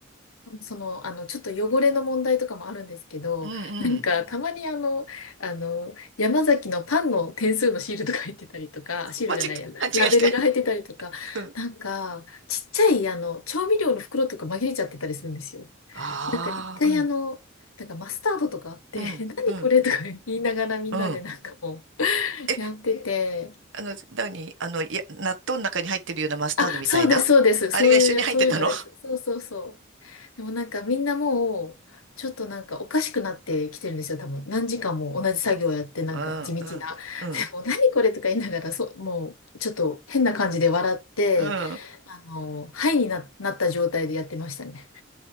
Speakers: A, on the left; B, on the right.
A: その、あの、ちょっと汚れの問題とかもあるんですけど、
B: うんうん。
A: なんかたまにあの、あの、山崎のパンの点数のシールとか入ってたりとか、シールじゃないや、
B: 間違、勘違いして。
A: ラベルが入ってたりとか、
B: うん。
A: なんかちっちゃいあの、調味料の袋とか紛れちゃってたりするんですよ。
B: ああ、
A: なんか一回あの、
B: うん、
A: なんかマスタードとかあって、
B: うん、
A: <laughs> 何これとか言いながらみんなでなんかも
B: うん、うん。え、
A: うやってて、
B: あの、何あの、いや、納豆の中に入ってるようなマスタードみたいなあれが一緒に入ってたの
A: あ、そうです、そうです。そういう、そういうのです。そうそうそう。でもなんかみんなもう、ちょっとなんかおかしくなってきてるんですよ、多分。何時間も同じ作業やって、なんか地道な。
B: うんうん、うん、
A: <laughs> でも、何これとか言いながら、そう、もう、ちょっと変な感じで笑って、
B: うん。わ
A: あの、ハイにな、なった状態でやってましたね。